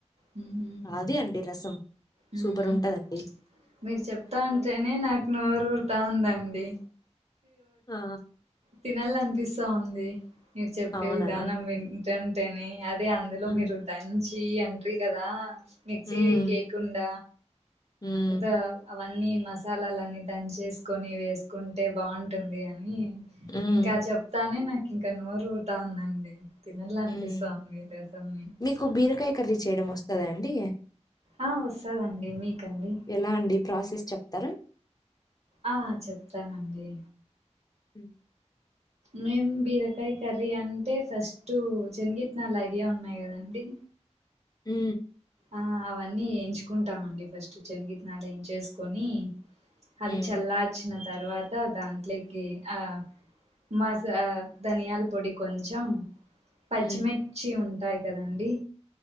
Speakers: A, on the right (about 65°); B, on the left (about 30°).
A: హ్మ్
B: అదే అండి రసం
A: హ్మ్
B: సూపర్ ఉంటుందండి
A: మీరు చెప్తా ఉంటేనే నాకు నోరుఊరుతా ఉందండి
B: ఆ!
A: తినాలనిపిస్తా ఉంది నకు చెప్పే
B: అవునా?
A: విధానం వింటుంటే అట్టే అదే అందులో
B: హ్మ్.
A: మీరు దంచి ఎంట్ర్రి కదా మిక్సీ
B: హ్మ్.
A: కేక్ండ
B: హ్మ్.
A: దా అవన్నీ మసాలాలన్నీ దని చేసుకొని వేసుకుంటే బాగుంటుంది అని
B: హ్మ్.
A: ఇంకా చెప్తానే నాకు ఇంకా నోరుఊతా ఉందండి తినడానికి
B: హ్మ్.
A: ఇస్తాంది దతన్ని
B: మీకు బీరకాయ కర్రీ చేయడం వస్తదండి
A: ఆ వస్తదండి మీకండి
B: ఎలా అండి ప్రాసెస్ చెప్తారా
A: ఆ చెప్తానండి
B: హ
A: మేం బీరకాయ కర్రీ అంటే ఫస్ట్ శన్గిత్నాళ ఐడియా ఉన్నాయి కదా అండి
B: ఉ
A: ఆ అవన్నీ ఎయించుకుంటామ అండి ఫస్ట్ శనగితనాలు ఏంచేసుకుని అవి
B: హ్మ్.
A: చల్లార్చిన తర్వాత దాంట్లోకి ఆ మసా దనియాల పొడి కొంచం పచ్చిమిర్చి
B: హ్మ్.
A: ఉంటాయి కదండి